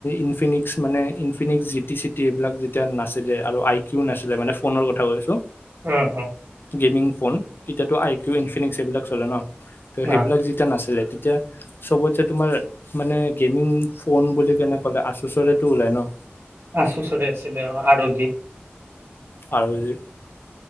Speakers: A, on the left; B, on the right.
A: ইনফিনিকছ মানে Infinix G, T, C, T এইবিলাক যেতিয়া নাছিল আৰু আই, কিউ নাছিলে মানে ফোনৰ কথা কৈছো।
B: অঁ অঁ।
A: গেমিং ফোন, এতিয়াতো আই, কিউ, ইনফিনিক্স এইবিলাক চলে ন। ত' সেইবিলাক
B: অ
A: যেতিয়া নাছিলে তেতিয়া চবতছে তোমাৰ মানে গেমিং ফোন বুলি কেনে ক'লে আচুচৰে টো ওলাই ন।
B: আচুচৰে আছিলে অঁ আৰতি
A: আৰু যি